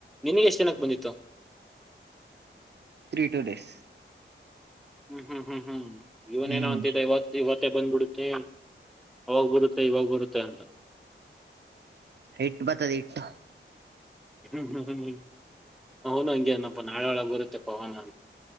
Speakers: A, in the centre; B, on the right.
A: ನಿನಿಗ್ ಎಷ್ಟ್ ದಿನಕ್ಕ ಬಂದಿತ್ತು
B: ತ್ರೀ ಟು ಡೇಸ್
A: ಹ್ಮ್ ಹ್ಮ್ ಹ್ಮ್ ಹ್ಮ್ ಹ್ಮ್ ಇವನೇನೋ
B: ಹ್ಮ್
A: ಅಂತಿದ್ದ ಇವತ್ದು ಇವತ್ತೇ ಬಂದ್ಬುಡುತ್ತೆ ಅವಾಗ್ ಬರುತ್ತೆ ಇವಾಗ ಬರುತ್ತೆ ಅಂತ
B: ಇಟ್ಟು ಬತದೆ ಇಟ್ಟು
A: <unintelligible> ಅವನು ಹಂಗೆ ಅನಪ್ಪ ನಾಳೆ ಒಳಗೆ ಬರುತ್ತೆ ಪವನ್ ಅಂತ